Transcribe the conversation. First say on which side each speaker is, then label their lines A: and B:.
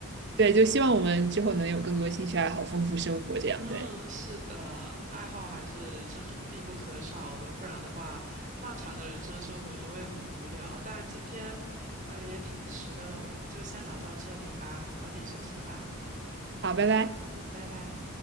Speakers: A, on the right; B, on the right.
A: 对，就希望我们之后能有更多兴趣爱好，丰富生活这样。
B: 嗯，
A: 对，
B: 是的，爱好还是人生中必不可少的，不然的话，漫长的人生生活中会很无聊。但今天，呃，也挺迟的了，我们就先聊到这里吧，早点休息吧，
A: 好，拜拜。
B: 嗯，拜拜。